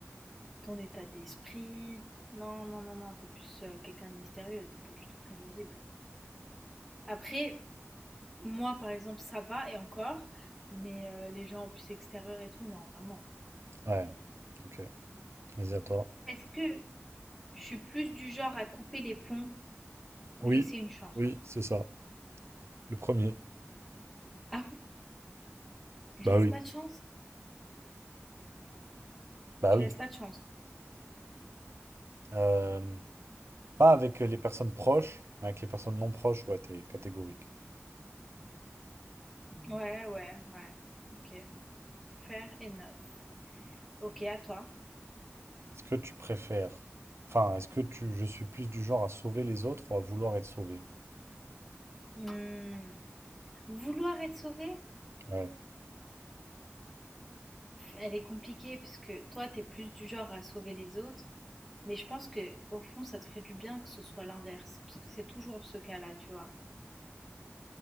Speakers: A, in the centre; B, on the right (about 60°).
A: ton état d'esprit. Non, non, non, non, t'es plus euh, quelqu'un de mystérieux, t'es pas du tout prévisible. Après, moi, par exemple, ça va et encore, mais euh, les gens plus extérieurs et tout, non, vraiment.
B: Ouais, ok. Vas-y à toi.
A: Est-ce que je suis plus du genre à couper les ponts ou
B: Oui,
A: laisser une chance?
B: oui, c'est ça. Le premier.
A: Ah bon? Je
B: Bah
A: laisse
B: oui.
A: pas de chance?
B: Bah
A: Je
B: oui.
A: laisse pas de chance.
B: Euh, pas avec les personnes proches, mais avec les personnes non proches, ouais, t'es catégorique.
A: Ouais, ouais, ouais. OK. Fair enough. OK, à toi.
B: Est-ce que tu préfères, enfin, est-ce que tu, je suis plus du genre à sauver les autres ou à vouloir être sauvé?
A: Hmm. Vouloir être sauvé?
B: Ouais.
A: Elle est compliquée parce que toi, t'es plus du genre à sauver les autres. Mais je pense que au fond, ça te ferait du bien que ce soit l'inverse, parce que c'est toujours ce cas-là, tu vois.